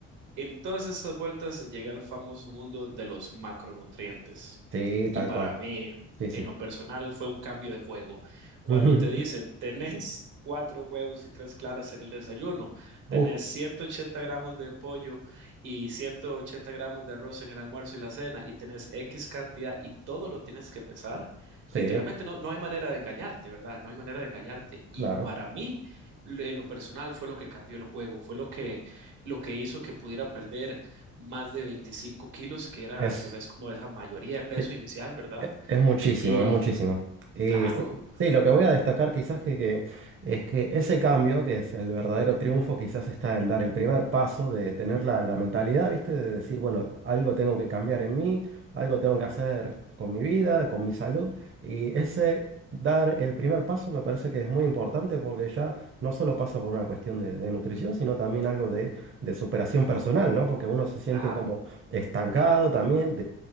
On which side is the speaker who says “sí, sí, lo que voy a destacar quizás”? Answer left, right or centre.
Right